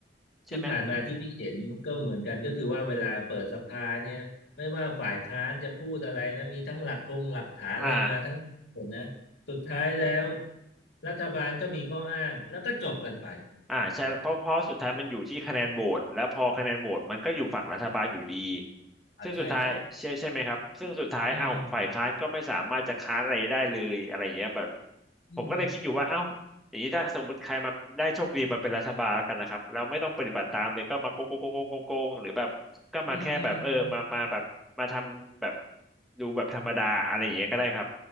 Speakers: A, in the centre; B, on the left.
A: ใช่ไหม
B: ที่ผ่านมาที่พี่เห็นก็เหมือนกันก็คือว่าเวลาเปิดสภาเนี่ยไม่ว่าฝ่ายค้านจะพูดอะไรนะมีทั้งหลักธงหลักฐานอะไรมาทั้งหมดนะสุดท้ายแล้ว
A: อ่าใช่
B: รัฐบาลก็มีข้ออ้างแล้วก็จบกันไป
A: อ่าใช่เพราะเพราะสุดท้ายมันอยู่ที่คะแนนโหวตแล้วพอคะแนนโหวตมันก็อยู่ฝั่งรัฐบาลอยู่ดี
B: อ่าใช่สิ
A: ซึ่งสุดท้ายใช่ใช่ไหมครับซึ่งสุดท้ายเอ้าฝ่ายค้านก็ไม่สามารถจะค้านอะไรได้เลยอะไรอย่างเงี้ยแบบ
B: อืมอืม
A: ผมก็เลยคิดอยู่ว่าเอ้าอย่างนี้ถ้าสมมติใครมาได้โชคดีมาเป็นรัฐบาลแล้วกันนะครับแล้วไม่ต้องปฏิบัติตามเลยก็มาโกงโกงโกงโกงโกงหรือแบบก็มาแค่แบบเออมามาแบบมาทำแบบ
B: อืมอืมอืม
A: ดูแบบธรรมดาอะไรอย่างเงี้ยก็ได้ครับ